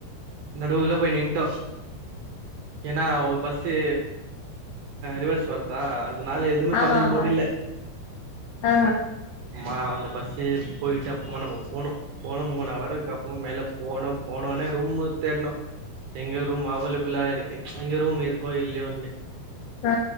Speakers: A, on the right; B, on the left.
A: நடுவுல போயி நின்டோ ஏன்னா ஒரு பஸ்ஸு ரிவர்ஸ் வருதா அதுனால எதுவுமே
B: ஆமா
A: பண்ண
B: ஆமா
A: முடில
B: ஆ
A: அம்மா அந்த பஸ்சு போயிட்டு அப்புறமா நம்மோ போனோ போனோ மூணு அவருக்கு அப்றோ மேல போனோ போன ஒன்னே ரூம்மு தேட்ணு எங்க ரூம் அவைலபிளா இரு எங்க ரூம் இருக்கோ இல்லையோன்னு
B: அ